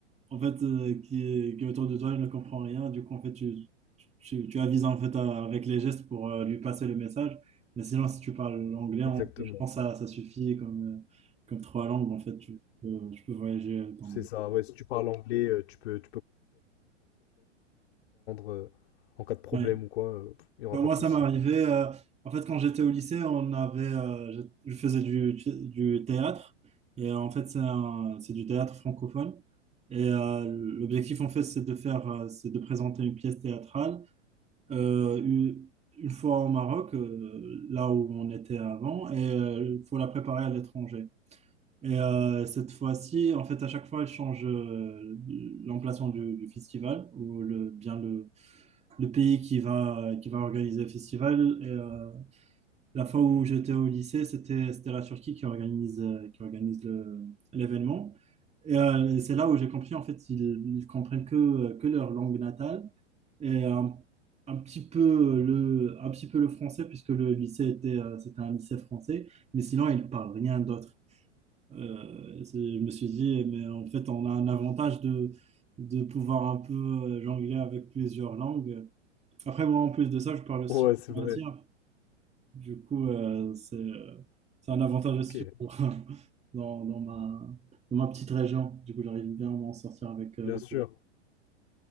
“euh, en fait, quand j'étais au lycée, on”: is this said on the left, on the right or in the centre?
Right